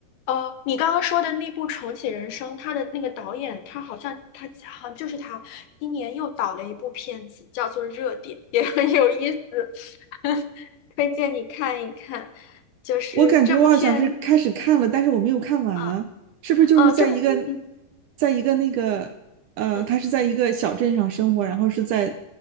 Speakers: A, on the left (about 75°); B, on the right (about 75°).
A: 呃，你刚刚说的那部《重启人生》，他的那个导演，他好像他好像就是他，今年又导了一部片子，叫做《热点》，也很有意思，<laughs> 推荐你看一看。就是这部片，
B: 我感觉我好像是开始看了，但是我没有看完，
A: 啊，
B: 是不是就是在一个，
A: 呃，这部，嗯
B: 在一个那个，呃，
A: 嗯，
B: 他是在一个小镇上生活，然后是在，